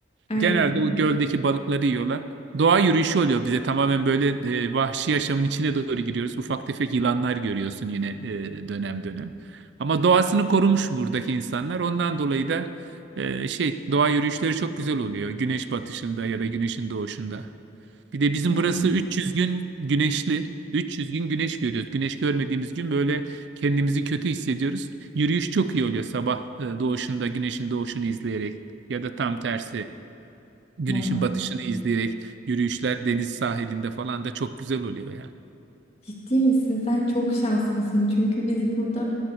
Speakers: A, on the left; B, on the right.
A: Ay
B: Genelde o göldeki balıkları yiyorlar. Doğa yürüyüşü oluyor bize tamamen böyle e, vahşi yaşamın içine doğru giriyoruz. Ufak tefek yılanlar görüyorsun yine e, dönem dönem. Ama doğasını korumuş buradaki insanlar. Ondan dolayı da e, şey doğa yürüyüşleri çok güzel oluyor. Güneş batışında ya da güneşin doğuşunda. Bir de bizim
A: ya
B: burası 300 gün güneşli. 300 gün güneş görüyoruz. Güneş görmediğimiz gün böyle kendimizi kötü hissediyoruz. Yürüyüş çok iyi oluyor sabah e, doğuşunda güneşin doğuşunu izleyerek ya da tam tersi güneşin
A: ya
B: batışını izleyerek yürüyüşler deniz sahilinde falan da çok güzel oluyor yani.
A: ciddi misin? Sen çok şanslısın. Çünkü biz burada